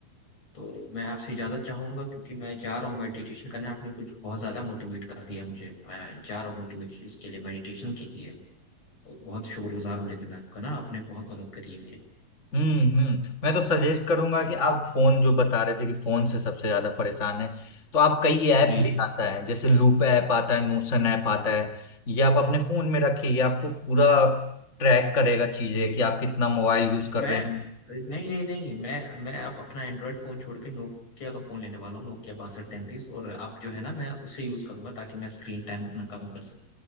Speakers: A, on the left; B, on the left.
A: तो मैं आपसे इजाजत चाहूंगा क्योंकि मैं जा रहा हूँ मेडिटेशन करने आपने कुछ बहुत ज्यादा मोटिवेट कर दिया मुझे मैं जा रहा हूँ मोटिवेशन इसके लिए मेडिटेशन के लिए तो बहुत शुक्रगुजार हूँ लेकिन आपका ना आपने बहुत मदद करी है मेरी
B: हम्म हम्म मैं तो सजेस्ट करूंगा कि आप फोन जो बता रहे थे कि फोन से सबसे ज्यादा परेशान है तो आप कई ऐप
A: जी
B: भी
A: जी
B: आता है जैसे लूप ऐप आता है नोशन ऐप आता है ये आप अपने फोन में रखिए ये आपको पूरा ट्रैक करेगा चीजें कि आप कितना मोबाइल यूज कर
A: मैं
B: रहे हैं
A: नहीं नहीं नहीं मैं मैं आप अपना एंड्रॉयड फोन छोड़ के नोकिया का फोन लेने वाला हूँ नोकिया बासठ तैंतीस और आप जो है ना मैं उसे यूज करूंगा ताकि मैं स्क्रीन टाइम अपना कम कर सकूँ